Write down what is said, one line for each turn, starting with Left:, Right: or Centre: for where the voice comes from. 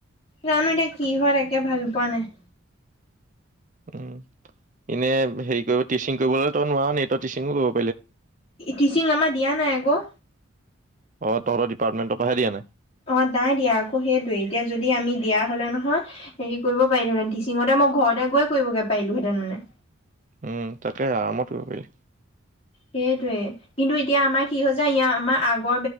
Left: জানো এতিয়া কি হয়, তাকে ভাবি পোৱা নাই।
Right: উম। এনে হেৰি কৰিব টিচিং কৰিবলৈ তই নোৱাৰ নি, তই টিচিঙো ক
Left: টিচিং আমাৰ দিয়া নাই আকৌ
Right: অ' তহতৰ ডিপাৰ্টমেণ্টৰ পাহে দিয়া নাই।
Left: অ নাই দিয়া আকৌ সেইটয়ে এতিয়া যদি আমি দিয়া হলে নহয় হেৰি কৰিব পাৰিলোহেতেন টিচিঙতে মই ঘৰতে গৈ কৰিবগে পাৰিলোহেঁতেন মানে।
Right: উম তাকে আৰামত কৰিব পাৰি।
Left: সেইটোৱে কিন্তু এতিয়া আমাৰ কি হৈছে ইয় আমাৰ আগৰ